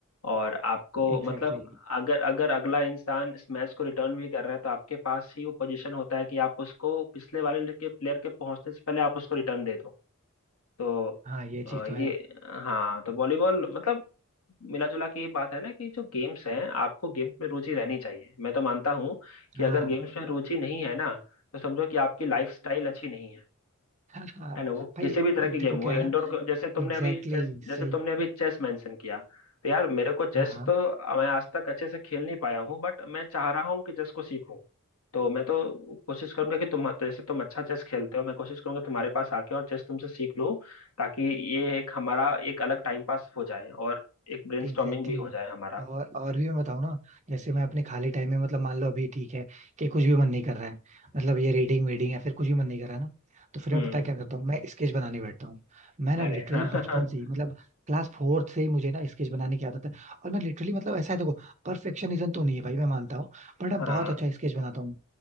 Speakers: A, on the left; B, on the right.
A: और आपको
B: Exactly
A: मतलब
B: exactly.
A: अगर अगर अगला इंसान इस मैच को रिटर्न भी कर रहा है तो आपके पास ही वो पोजीशन होता है कि आप उसको पिछले वाले के प्लेयर के पहुंचने से पहले आप उसको रिटर्न दे दो तो
B: हाँ ये
A: अ,
B: चीज
A: ये
B: तो है
A: हाँ तो वॉलीबॉल मतलब मिला जुला के ये बात है ना कि जो गेम्स हैं आपको गेम्स में रुचि रहनी चाहिए मैं तो मानता हूँ कि
B: हाँ
A: अगर गेम्स में रुचि नहीं है ना तो समझो कि आपकी लाइफ स्टाइल अच्छी नहीं है
B: हाँ हाँ
A: है ना वो
B: भाई
A: किसी भी तरह की
B: देखो
A: गेम
B: क्या
A: हो इंडोर
B: है ना
A: जैसे तुमने
B: एग्जैक्टली
A: अभी चेस
B: exactly,
A: जैसे
B: सही
A: तुमने अभी चेस मेंशन किया तो यार मेरे को
B: हाँ
A: चेस
B: हाँ
A: तो मैं आज तक अच्छे से खेल नहीं पाया हूँ बट मैं चाह रहा हूँ कि चेस को सीखूं तो मैं तो कोशिश करूंगा कि तुम तो जैसे तुम अच्छा चेस खेलते हो मैं कोशिश करूंगा तुम्हारे पास आके और चेस तुमसे सीख लूं ताकि ये एक हमारा एक अलग टाइम पास हो जाए और एक ब्रेनस्टॉर्मिंग
B: Exactly
A: भी हो
B: exactly.
A: जाए हमारा
B: और और भी मैं बताऊँ ना जैसे मैं अपने खाली टाइम में मतलब मान लो अभी ठीक है कि कुछ भी मन नहीं कर रहा है मतलब ये रीडिंग वीडिंग या फिर कुछ भी मन नहीं कर रहा है ना तो फिर
A: हम्म
B: मैं पता है क्या करता हूँ मैं स्केच बनाने बैठता हूँ मैं
A: अरे
B: ना लिटरली
A: <laughs> हाँ
B: बचपन से ही मतलब क्लास फोर्थ से ही मुझे ना स्केच बनाने की आदत है और मैं लिटरली मतलब ऐसा है देखो परफेक्शनिज्म तो नहीं है भाई मैं मानता हूँ बट मैं
A: हाँ
B: बहुत अच्छा स्केच बनाता हूँ